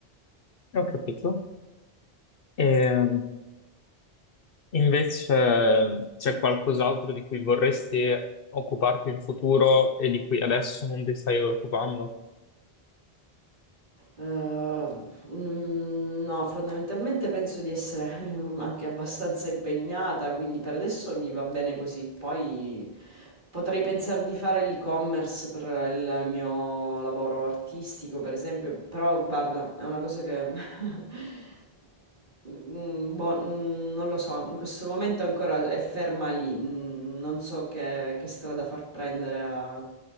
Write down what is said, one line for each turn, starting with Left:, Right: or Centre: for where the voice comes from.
Left: Ho capito. Ehm, Invece c'è qualcos'altro di cui vorresti occuparti in futuro e di cui adesso non ti stai occupando?
Right: Eh, mm, no, fondamentalmente penso di essere <laughs> anche abbastanza impegnata, quindi per adesso mi va bene così. Poi potrei pensare di fare l'e-commerce per il mio lavoro artistico, per esempio, però guarda, è una cosa che <laughs> Mm, Boh, mm, non lo so, in questo momento ancora è ferma lì, mm, non so che, che strada far prendere a,